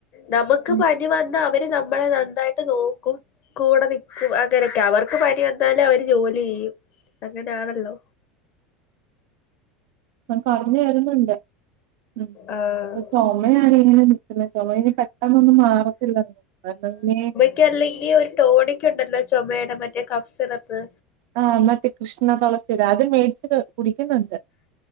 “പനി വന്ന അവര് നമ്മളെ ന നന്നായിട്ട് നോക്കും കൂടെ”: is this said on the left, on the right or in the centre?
Left